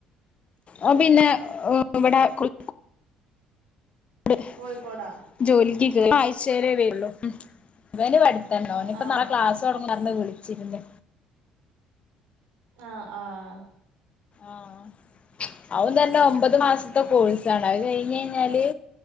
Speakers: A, on the left (about 45°); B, on the right (about 80°).
A: ഓം പിന്നെ എഹ് വടെ <unintelligible> ട്.
B: കോഴിക്കോടാ?
A: ജോലിക്ക് കേറീ ആഴ്ചേലെ വെരൊള്ളു. ഉം വൻ്റെ പഠ് തെന്നൊന്
B: അ
A: പ്പ
B: ആ
A: നാള ക്ലാസൊട്ങ്ങും ന്നർഞ്ഞ് വിളിച്ചി ര്ന്നു.
B: ആഹ് ആഹ്
A: ആഹ് അതും തെന്നെ ഒമ്പത് മാസത്തെ കോഴ്സാണ്. അത് കഴിഞ്ഞഴ്ഞ്ഞാല്